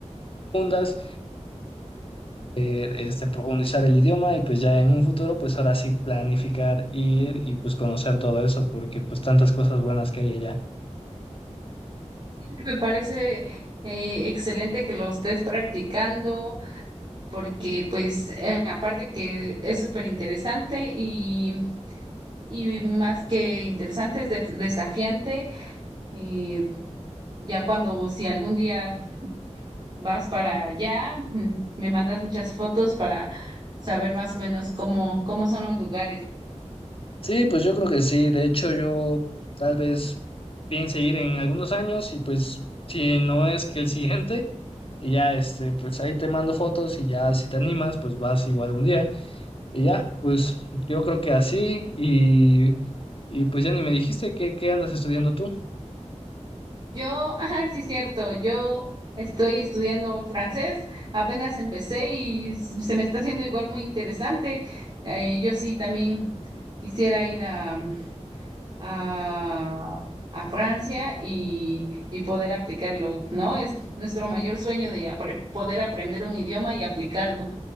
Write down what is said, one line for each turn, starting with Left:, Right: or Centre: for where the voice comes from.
Left: profundas este, profundizar el idioma y pues ya en un futuro, pues ahora sí planificar ir y pues conocer todo eso, porque pues tantas cosas buenas que hay allá.
Right: Sí, Me parece eh, excelente que lo estés practicando porque pues eh, aparte que es súper interesante y, y más que interesante es def- desafiante. eh, ya cuando si algún día vas para allá, mm, me mandas muchas fotos para saber más o menos cómo, cómo son los lugares.
Left: Sí, pues yo creo que sí. De hecho, yo tal vez piense ir en algunos años y pues si no es que el <laughs> siguiente. Y ya, este, pues ahí te mando fotos y ya si te animas, pues vas igual un día. Y ya, pues yo creo que así y, y pues ya ni me dijiste que, qué andas estudiando tú.
Right: Yo, <laughs> ah, sí, cierto, yo estoy estudiando francés, apenas empecé y s- se me está haciendo igual muy interesante. Eh, yo sí también quisiera ir a, mm, a, a Francia y, y poder aplicarlo, ¿no? Es nuestro mayor sueño de apre- poder aprender un idioma y aplicarlo.